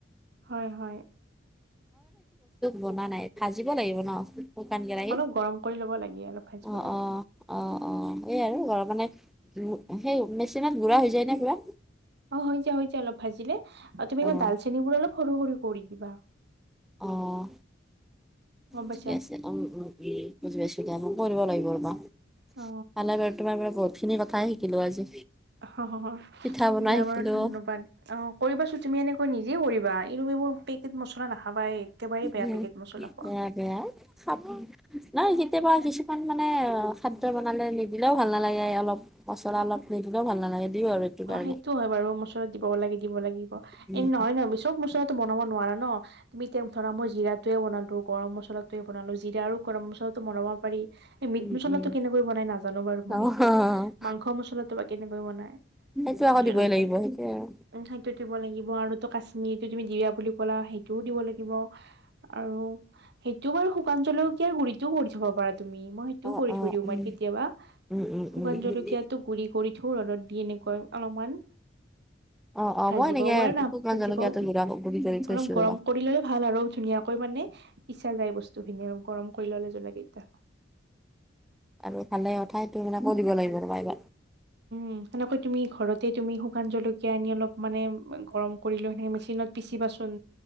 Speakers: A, on the right; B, in the centre.
A: হয় হয়।
B: বনা নাই ভাজিব লাগিব ন শুকান কেৰাহীত?
A: অলপ গৰম কৰি ল'ব লাগে অলপ ভাজিব
B: অঁ
A: লাগে
B: অ অ। অ এই আৰু ঘ মানে সেই মেচিনত গুড়া হৈ যায় নে পোৰা?
A: অ হৈ যায় হৈ যায় অলপ ভাজিলে, আৰু তুমি
B: অ',
A: ম ডালচেনিবোৰ অলপ সৰু সৰু কৰি দিবা।
B: অঁ।
A: গম পাইছা
B: ঠিক আছে অঁ অঁ বুজি পাইছো দেয়া নো কৰিব লাগিব ৰবা
A: অ
B: ভালে বাৰু তোমাৰ পৰা বহুত খিনি কথাই শিকিলো আজি।
A: অ' হ হ
B: পিঠা বনাই
A: দিয়া
B: শিকিলোঁ
A: বাৰু ধন্যবাদ। অঁ কৰিবাচোন তুমি এনে নিজে কৰিবা এইটো এইবোৰ পেকেট মছলা নাখাবাই একেবাৰেই
B: উম,
A: বেয়া পেকেট মছলা খোৱা।
B: বেয়া বেয়া খাব নাই কেতিয়াবা কিছুমান মানে খাদ্য বনালে নিদিলেও ভাল নালাগে অলপ পচলা অলপ নিদ দিলো ভালা নালাগে দিওঁ আৰু এইটো কাৰণে
A: অঁ সেইটোও হয় বাৰু মচলাৰত দিব লাগে দিব লাগিব
B: উম,
A: এ নহয় নহয় চব মচৰত ত বনাব নোৱাৰা ন তুমি তিয়াই ধৰা মই জিৰাটোৱে বনালো গৰম মছলাটোৱে বনালো। জিৰা আৰু গৰম মছলাটো বনাব পাৰি। এই মিট
B: উম,
A: মছলাটো
B: উম।
A: কেনেকৈ বনাই নাজানো বাৰু মই
B: অ',
A: সেইটো। মাংস মছলাটো বা কেনেকৈ বনাই
B: সেইটো আকৌ
A: সেইটোয়ে
B: দিবই
A: নাজানো
B: লাগিব সেইটোৱে আৰু
A: উম সেইটোৱে দিব লাগিব আৰু টো কাশ্মীৰটো তুমি দিৰা বুলি ক'লা। সেইটোও দিব লাগিব আৰু সেইটো বাৰু শুকান জলকীয়াৰ গুৰি সেইটোও কৰি থ'ব পাৰা তুমি, মই সেইটোও
B: অ',
A: কৰি
B: অ',
A: থৈ দিও
B: উম,
A: মই কেতিয়াবা।
B: উম, উম,
A: শুকান জলকীয়াটো
B: উম।
A: গুৰি কৰি থৈ ৰ'দত দি এনেকৈ অলপমান
B: অ অ
A: ভাজিব
B: মই এনেকে
A: পাৱে নাভাজিব
B: শুকান জলকীয়াটো
A: ও ওম
B: গুড়া গুৰি কৰি থৈছো
A: অলপ
B: ৰবা
A: গৰম কৰিলেহে ভাল আৰু ধুনীয়াকৈ মানে পিছা যায় বস্তু খিনি আ গৰম কৰি ল'লে জলা কেইটা
B: আৰু ভালে কথাইটো মান লাগিব ৰ এইবাৰ
A: উ সেনেকৈ তুমি ঘৰতে তুমি শুকান জলকীয়া আনি অলপ মানে গৰম কৰি লৈ কেনে মেচিনত পিচিবা চোন